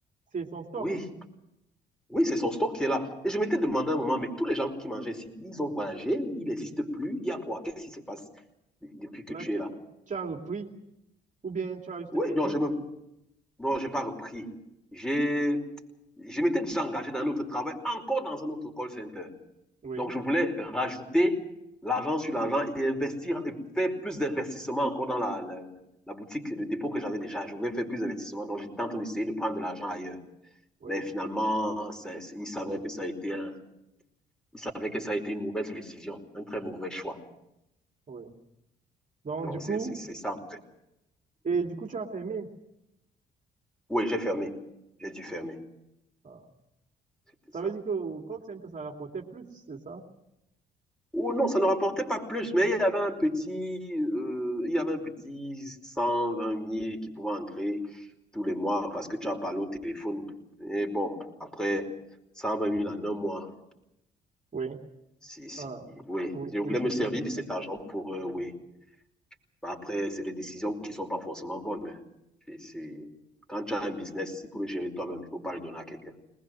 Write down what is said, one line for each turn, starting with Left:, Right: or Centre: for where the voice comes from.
Right: c'est son stock.
Centre: Oui, oui, c'est son stock qui est là. Et je m'étais demandé un moment, mais tous les gens qui mangeaient ici, ils ont voyagé, ils n'existent plus, il y a quoi Qu'est-ce qui se passe depuis que
Right: Là,
Centre: tu
Right: tu
Centre: es
Right: as,
Centre: là
Right: tu as repris, ou bien tu as juste
Centre: Oui,
Right: fermé.
Centre: non, je me Non, j'ai pas repris. J'ai, je m'étais déjà engagé dans un autre travail, encore dans un autre call center.
Right: Oui,
Centre: Donc, je voulais rajouter l'argent sur l'argent et investir, et faire plus d'investissement encore dans la, la, la boutique, de dépôt que j'avais déjà. Je voulais faire plus d'investissement. Donc, j'étais en train d'essayer de prendre de l'argent ailleurs.
Right: oui,
Centre: Mais finalement, c'est- c'est- ils savaient que ça a été un- ils savaient que ça a été une mauvaise décision, un très
Right: oui.
Centre: mauvais choix.
Right: oui. Donc,
Centre: Donc,
Right: du coup,
Centre: c'est c'est- c'est ça, en fait.
Right: et du coup, tu as fermé.
Centre: Oui, j'ai fermé. J'ai dû fermer.
Right: Ah.
Centre: C'était
Right: Ça
Centre: ça.
Right: veut dire que au call center, ça rapportait plus, c'est ça?
Centre: Ou non, ça ne rapportait pas plus, mais il y avait un petit, euh, il y avait un petit cent vingt mille qui pouvait entrer tous les mois parce que tu as parlé au téléphone. Et bon, après cent vingt mille en un mois,
Right: Oui.
Centre: si, si,
Right: Ah.
Centre: oui.
Right: Oui,
Centre: Je voulais
Right: oui, c'est
Centre: me
Right: ça,
Centre: servir
Right: c'est
Centre: de
Right: ça.
Centre: cet argent pour, euh, oui. Bah, Après, c'est des décisions qui ne sont pas forcément bonnes. hein. C'est, c'est- Quand tu as un business, il faut le gérer toi-même, il ne faut pas le donner à quelqu'un.